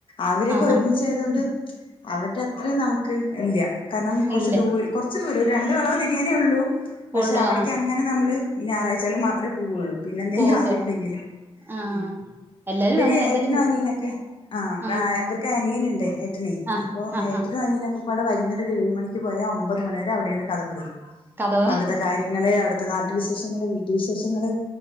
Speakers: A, on the left; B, on the right.
A: അവരൊക്കെ
B: ആ
A: ഒരുമിച്ചായത്
B: ആ
A: കൊണ്ട് അവരുടെ അത്രയും നമുക്ക് ഇല്ല കാരണം കൊറച്ച്
B: ഇല്ല
A: ദൂ കൊറച്ച് ദൂരം രണ്ട് വളവ് തിരിയാനേ ഉള്ളൂ പക്ഷേ
B: ഉള്ളൂ
A: അവിടേക്ക്‌
B: ആ
A: അങ്ങനെ നമ്മ ൾ പിന്നെ ഞായറാഴ്ച്ചെൽ മാത്രെ പൂവുള്ളൂ പിന്നെ എന്തേലും
B: പോവത്തുള്ളൂ
A: കാര്യണ്ടെങ്കില്
B: ആ
A: ഉം
B: എല്ലാരും
A: ഇവര്
B: അങ്ങനെ
A: ഏട്ടനോ
B: എന്തെലും
A: അനിയനൊക്കെ ആഹ്
B: ആ
A: ഇവർക്ക് അനിയെനുണ്ട് ഏട്ടനെ
B: ആ
A: പ്പൊ
B: ആ
A: ഏട്ടനും
B: ആ
A: അനിയനും ഒക്കപ്പാടെ വൈകുന്നേ രത്തൊരു ഏഴ് മണിക്ക് പോയാ ഒമ്പത് മണി വരെ അവിടെ ഇര്ന്ന് കഥ പറയും
B: കഥ പറ
A: അവിട്ത്തെ കാര്യങ്ങള് അവിട്ത്തെ ന ട്ട് വിശേഷങ്ങള് വീട്ട് വിശേഷങ്ങള്